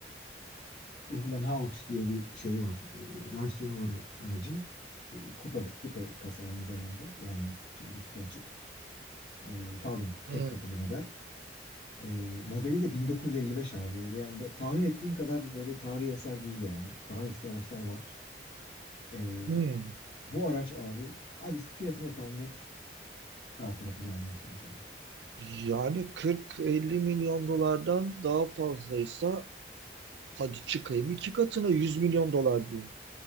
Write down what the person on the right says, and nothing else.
Hmm.
Hmm.
Yani 40-50 milyon dolardan daha fazlaysa Hadi çıkayım iki katına 100 milyon dolar diyeyim.